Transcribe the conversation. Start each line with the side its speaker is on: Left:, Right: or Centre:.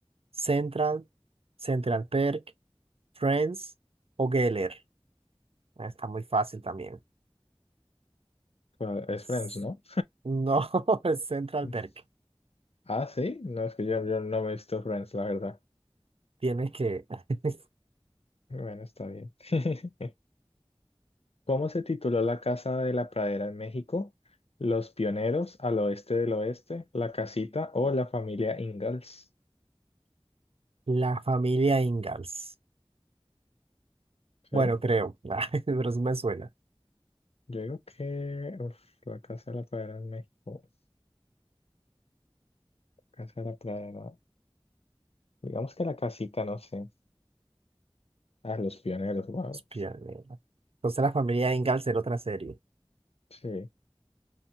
Right: Central, Central Perk, Friends o Geller. Ah, Está muy fácil también.
Left: Bueno, Es Friends,
Right: S-
Left: ¿no?
Right: No, <laughs> es Central
Left: <laughs>
Right: Perk.
Left: Ah, sí, no es que yo, yo no me he visto Friends, la verdad.
Right: Tienes que... <laughs>
Left: Bueno, está bien. <laughs> ¿Cómo se tituló La Casa de la Pradera en México? ¿Los pioneros al oeste del oeste, la casita o la familia Ingalls?
Right: La familia Ingalls.
Left: ¿Sí?
Right: Bueno, creo, <laughs> pero sí me suena.
Left: Yo digo que uf, la Casa de la Pradera en México, Casa de la Pradera, digamos que la casita, no sé, ah los pioneros, wow,
Right: Espía negra. Entonces la familia Ingalls era otra serie.
Left: sí.